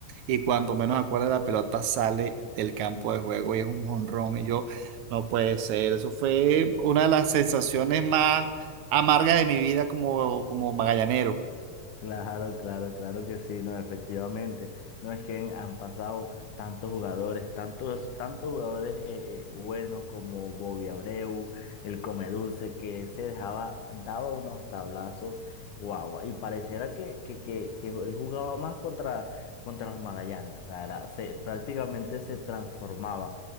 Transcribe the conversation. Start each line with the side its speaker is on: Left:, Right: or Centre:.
Right: Y cuando menos acuerda, la pelota sale del campo de juego y es un jonrón. Y yo, no puede ser. Eso fue una de las sensaciones más amargas de mi vida como, como magallanero.
Left: Claro, claro, claro que sí, no, efectivamente. No es que han han pasado tantos jugadores, tantos, tantos jugadores eh, eh, buenos como Bobby Abreu, el Comedulce, que se dejaba, daba unos tablazos, guau, y pareciera que, que, que, que él jugaba más contra, contra los Magallanes, o sea, era- se, prácticamente se transformaba.